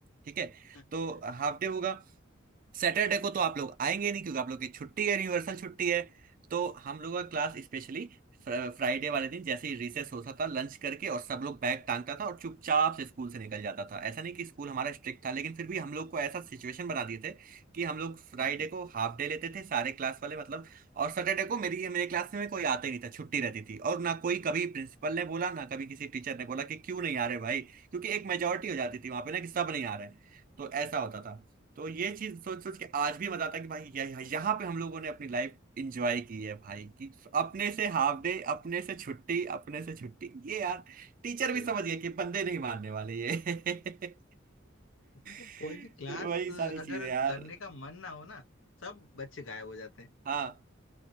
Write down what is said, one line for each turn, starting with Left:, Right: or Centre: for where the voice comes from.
Right: ठीक है
Left: <laughs>
Right: तो हाफ डे होगा सैटरडे को तो आप लोग आएंगे नहीं क्योंकि आप लोग की छुट्टी है यूनिवर्सल छुट्टी है तो हम लोग का क्लास स्पेशली फ्राइडे वाले दिन जैसे ही रिसेस होता था लंच करके और सब लोग बैग टांगता था और चुपचाप से स्कूल से निकल जाता था ऐसा नहीं कि स्कूल हमारा स्ट्रिक्ट था लेकिन फिर भी हम लोग को ऐसा सिचुएशन बना दिए थे कि हम लोग फ्राइडे
Left: हम्म,
Right: को हाफ डे लेते थे सारे क्लास वाले मतलब और सैटरडे को मेरी मेरे क्लास में कोई आता ही नहीं था छुट्टी रहती थी और ना कोई कभी प्रिंसिपल ने बोला ना कभी किसी टीचर ने बोला कि क्यों नहीं आ रहे भाई क्योंकि एक मेजोरिटी हो जाती थी वहां पे ना कि सब नहीं आ रहे हैं। तो ऐसा होता था तो ये चीज सोच सोच के आज भी मजा आता है कि भाई यह, यहाँ पे हम लोगों ने अपनी लाइफ इंजॉय की है भाई कि अपने से हाफ डे अपने से छुट्टी अपने से छुट्टी ये यार टीचर
Left: अरे
Right: भी समझ
Left: भाई
Right: गए कि बंदे नहीं मानने वाले ये
Left: मतलब
Right: <laughs>
Left: कोई भी क्लास
Right: वही सारी
Left: अगर
Right: चीजें यार
Left: करने का मन ना हो ना सब बच्चे गायब हो जाते हैं
Right: हाँ